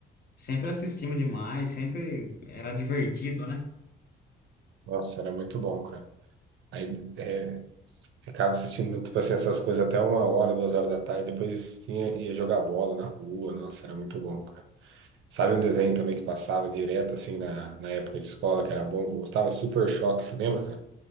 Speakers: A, on the left; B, on the right.
A: sempre assistimos demais, sempre era divertido, né?
B: Nossa, era muito bom, cara. Aí é, ficava assistindo, tipo assim, essas coisas até uma hora, duas horas da tarde, depois tinha, ia jogar bola na rua. Nossa, era muito bom, cara. Sabe um desenho também que passava direto, assim, na, na época de escola, que era bom, que eu gostava? Super Choque, você lembra, cara?